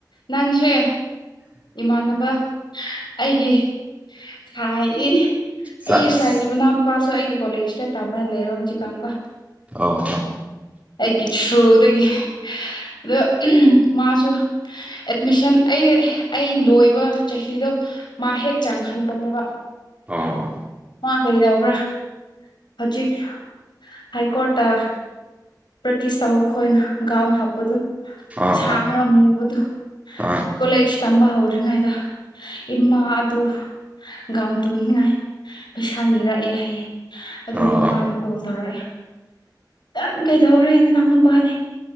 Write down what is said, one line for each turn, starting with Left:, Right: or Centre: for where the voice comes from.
Left: ꯅꯪꯁꯦ ꯏꯃꯥꯟꯅꯕ ꯑꯩꯒꯤ ꯁꯥꯏ ꯏ ꯑꯩ
Right: ꯆꯥꯁ
Left: ꯁꯥꯏꯒꯤ ꯃꯅꯥꯎ ꯅꯨꯄꯥꯁꯨ ꯑꯩꯒꯤ ꯀꯣꯂꯦꯖꯇ ꯇꯝꯔ ꯂꯩ ꯍꯧꯖꯤꯛꯀꯥꯟꯀꯣ
Right: ꯑꯣ ꯑꯥ
Left: ꯑꯩꯒꯤ ꯊ꯭ꯔꯨꯗꯒꯤ ꯑꯗꯣ ꯃꯥꯁꯨ ꯑꯦꯠꯃꯤꯁꯟ ꯑꯩ ꯑꯩ ꯂꯣꯏꯕ ꯆꯍꯤꯗꯣ ꯃꯥ ꯍꯦꯛ ꯆꯪꯍꯟꯕꯅꯦꯕ
Right: ꯑꯣ
Left: ꯃꯥ ꯀꯩꯗꯧꯕ꯭ꯔꯥ ꯍꯧꯖꯤꯛ ꯍꯥꯏ ꯀꯣꯔꯠꯇ ꯄ꯭ꯔꯦꯛꯇꯤꯁ ꯇꯧꯕ ꯈꯣꯏꯅ ꯒꯥꯎꯟ ꯍꯥꯞꯄꯗꯨ
Right: ꯑꯣ
Left: ꯁꯥꯡꯉ꯭ꯔꯥ
Right: ꯑꯥ ꯑꯥ
Left: ꯃꯨꯕꯗꯨ
Right: ꯑꯥ
Left: ꯀꯣꯂꯦꯖ ꯇꯝꯕ ꯍꯧꯗ꯭ꯔꯤꯉꯩꯗ ꯏꯃꯥ ꯑꯗꯨ ꯒꯥꯥꯎꯟ ꯇꯨꯅꯤꯉꯥꯏ ꯄꯩꯁꯥ ꯅꯤꯔꯛꯑꯦ ꯍꯥꯏꯌꯦ ꯑꯗꯨ
Right: ꯑꯣ
Left: ꯃꯃꯥꯅ
Right: ꯑꯣ
Left: ꯀꯣꯜ ꯇꯧꯔꯛꯑꯦ ꯅꯪ ꯀꯩꯗꯧꯔꯦ ꯅꯅꯥꯎ ꯅꯨꯄꯥꯗꯤ